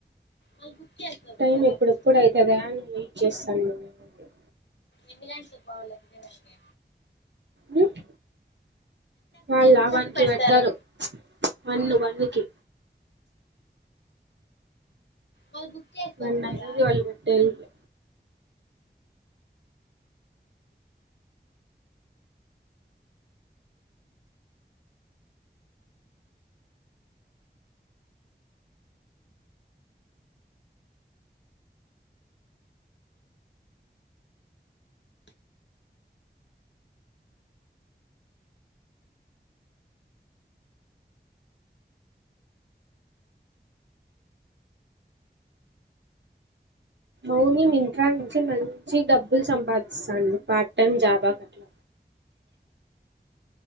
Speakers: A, on the left (about 80°); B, on the right (about 85°).
A: మళ్ళీ బుక్ చేసుకోకూడదా
B: టైమ్ ఎప్పుడెప్పుడు
A: డబ్బులు
B: అయితదా అని వెయిట్ చేస్ తన్నా <unintelligible>
A: ఇంగ్లాడ్స్ కు పోవాల తినేదానికి
B: మ్మ్ వాళ్ళ
A: ఎంతకు
B: వన్కి
A: పెడతారు
B: వచ్చారు వన్ను వన్ను ఓకే
A: మళ్ళీ బుక్ చేసుకోవచ్చు
B: మొన్న నైట్
A: కదా
B: కళాపెటిన్లు ఓన్లీ మింట్రా నుంచే మంచి డబ్బులు సంపాదిస్తాను పార్ట్ టైమ్ జాబ్ ఆమెకి